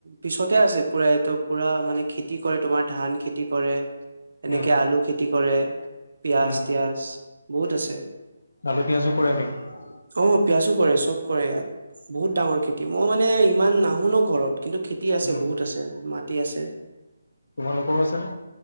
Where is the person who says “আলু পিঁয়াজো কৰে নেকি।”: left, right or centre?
Left